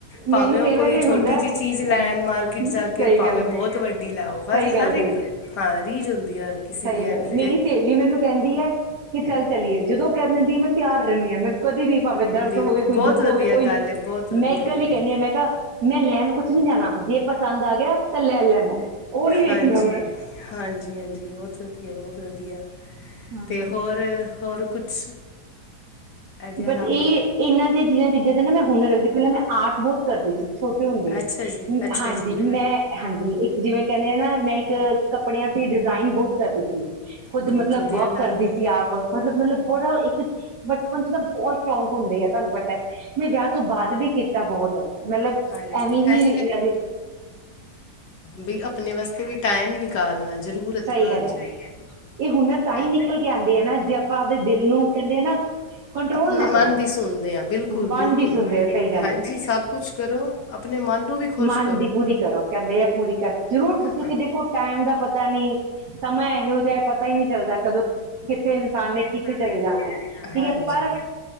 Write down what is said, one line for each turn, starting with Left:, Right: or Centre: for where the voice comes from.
Left: ਭਾਵੇਂ
Right: ਮੈਨੂੰ ਕਈ
Left: ਉਹ ਕੋਈ
Right: ਵਾਰ ਇਹ
Left: ਛੋਟੀ
Right: ਹੁੰਦਾ
Left: ਜਿਹੀ
Right: ਹੈ, ਅਹ,
Left: ਚੀਜ਼ ਲੈਣ ਮਾਰਕੀਟ
Right: ਸਹੀ
Left: ਜਾ ਕੇ ਭਾਵੇਂ
Right: ਗੱਲ
Left: ਬਹੁਤ ਵੱਡੀ ਲੈਓ
Right: ਸਹੀ
Left: ਹਰ
Right: ਗੱਲ
Left: ਹਰ
Right: ਕਹੀ
Left: ਇੱਕ ਹਾਂ ਰੀਝ ਹੁੰਦੀ ਹੈ ਹਰ। ਕਿਸੇ
Right: ਸਹੀ
Left: ਦੀ
Right: ਗੱਲ
Left: ਐਵੇਂ
Right: ਮੇਰੀ
Left: ਤਾਂ
Right: ਸਹੇਲੀ ਮੈਨੂੰ ਕਹਿੰਦੀ ਹੈ ਕਿ ਚੱਲ ਚਲੀਏ ਜਦੋਂ ਕਹਿ ਦਿੰਦੀ ਮੈਂ ਤਿਆਰ ਰਹਿੰਦੀ ਹਾਂ ਮੈਨੂੰ ਕਦੇ ਨੀ ਭਾਵੇਂ
Left: ਨਹੀਂ
Right: ਦਰਦ ਹੋਵੇ
Left: ਪਤਾ ਬਿਲਕੁਲ
Right: ਕੋਈ
Left: ਬਹੁਤ
Right: ਦੁੱਖ
Left: ਵਧੀਆ
Right: ਹੋਵੇ ਕੋਈ
Left: ਗੱਲ
Right: ਨੀ
Left: ਹੈ ਬਹੁਤ ਵਧੀਆ
Right: ਮੈਂ ਇੱਕ ਗੱਲ ਹੀ ਕਹਿੰਦੀ
Left: ਹੈ
Right: ਹਾਂ ਮੈਂ ਕਿਹਾ। ਮੈਂ ਲੈਣ ਕੁਛ ਨੀ ਜਾਣਾ ਜੇ ਪਸੰਦ ਆ ਗਿਆ ਤਾਂ ਲੈ ਲੈਣਾ ਉਹ ਨੀ ਵੇਖਣਾ
Left: ਹਾਂਜੀ
Right: ਮੈਂ
Left: ਹਾਂਜੀ ਹਾਂਜੀ ਬਹੁਤ ਵਧੀਆ ਬਹੁਤ ਵਧੀਆ
Right: ਹਾਂਜੀ
Left: ਅਤੇ ਹੋਰ ਹੋਰ ਕੁਛ। ਇਹਦੇ
Right: ਬਸ
Left: ਇਲਾਵਾ
Right: ਇਹ ਇਹਨਾਂ ਦੇ ਜਿਆਂ ਚੀਜ਼ਾਂ ਤੇ ਨਾ ਮੈਂ ਹੁਨਰ ਰੱਖਦੀ ਪਹਿਲਾਂ ਮੈਂ ਆਰਟ ਬਹੁਤ ਕਰਦੀ ਸੀ ਛੋਟੇ ਹੁੰਦੇ
Left: ਅੱਛਾ ਜੀ ਅੱਛਾ
Right: ਹਾਂਜੀ
Left: ਜੀ
Right: ਮੈਂ ਹਾਂਜੀ ਇੱਕ ਜਿਵੇਂ ਕਹਿੰਦੇ ਨਾ ਮੈਂ ਇੱਕ ਕੱਪੜਿਆਂ ਦੀ ਡਿਜ਼ਾਇਨ ਬਹੁਤ ਕਰਦੀ ਸੀ। ਖੁਦ
Left: ਸੀ ਬਹੁਤ
Right: ਮਤਲਬ
Left: ਵਧੀਆ
Right: ਵਰਕ
Left: ਗੱਲ
Right: ਕਰਦੀ
Left: ਬਹੁਤ
Right: ਸੀ
Left: ਏ
Right: ਆਪ ਮਤਲਬ ਮਤਲਬ ਬੜਾ ਇੱਕ ਬਚਪਨ ਚ ਤਾਂ ਬਹੁਤ ਸ਼ੌਂਕ ਹੁੰਦੇ ਆ ਤੁਹਾਨੂੰ ਪਤਾ। ਮੈਂ ਵਿਆਹ ਤੋਂ ਬਾਅਦ ਵੀ ਕੀਤਾ ਬਹੁਤ ਮਤਲਬ
Left: ਹੈ ਹਾਂਜੀ
Right: ਐਵੇਂ
Left: ਕੀਤਾ
Right: ਹੀ
Left: ਇਹੀ
Right: ਲਗੇ
Left: ਬਈ ਆਪਣੇ ਵਾਸਤੇ ਵੀ ਟਾਈਮ ਨਿਕਾਲਣਾ ਜਰੂਰਤ
Right: ਸਹੀ
Left: ਹਾਂਜੀ।
Right: ਗੱਲ ਹੈ ਇਹ ਹੁਨਰ ਤਾਂ ਹੀ
Left: ਅ-
Right: ਨਿਕਲ ਕੇ ਆਉਂਦੇ ਹਨ ਨਾ ਜੇ ਆਪਾਂ ਆਪਦੇ ਦਿਲ ਨੂੰ ਕਹਿੰਦੇ ਨਾ ਕੰਟਰੋਲ
Left: ਆਪਣੇ
Right: ਨਾ ਕਰੋ
Left: ਮਨ ਦੀ ਸੁਣਦੇ ਆ ਬਿਲਕੁਲ
Right: ਮਨ
Left: ਬਿਲਕੁਲ
Right: ਵੀ ਸੁਣਦੇ ਆ
Left: ਸੁਣ
Right: ਸਹੀ ਗੱਲ
Left: ਹਾਂਜੀ
Right: ਹੈ।
Left: ਸਭ ਕੁਝ ਕਰੋ ਆਪਣੇ ਮਨ ਨੂੰ ਵੀ ਖੁਸ਼
Right: ਮਾਨ ਦੀ ਪੂਰੀ ਕਰੋ। ਕਹਿੰਦੇ ਆ ਮੋਰੀ ਕਰਕੇ ਜ਼ਰੂਰ ਕਿਉਂਕਿ
Left: ਹਾਂ।
Right: ਦੇਖੋ ਟਾਈਮ ਦਾ ਪਤਾ ਨੀ ਸਮਾਂ ਇਹੋ ਜਿਹਾ ਪਤਾ ਹੀ ਨਹੀਂ ਚੱਲਦਾ ਕਦੋਂ ਕਿਸੇ ਇਨਸਾਨ ਨੇ
Left: ਕਿੱਥੇ
Right: ਜਾਣਾ
Left: ਚਲੇ
Right: ਹੈ ਠੀਕ
Left: ਜਾਨਾ।
Right: ਹੈ ਪਰ